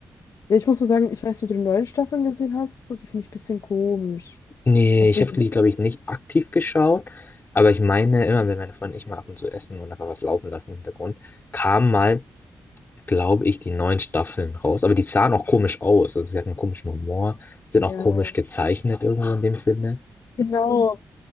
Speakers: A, on the left; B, on the left.
A: Ja, ich muss so sagen, ich weiß nicht, ob du die neuen Staffeln gesehen hast. so, Die finde ich ein bisschen komisch.
B: Nee,
A: Hast
B: ich
A: du
B: habe
A: die gesehen?
B: die, glaube ich, nicht aktiv geschaut, aber ich meine, immer wenn meine Freunde und ich mal ab und zu essen und einfach was laufen lassen im Hintergrund, kamen mal, glaube ich, die neuen Staffeln raus. Aber die sahen auch komisch aus. Also sie hatten einen komischen Humor, sind auch
A: Ja.
B: komisch gezeichnet irgendwo in dem Sinne.
A: Genau,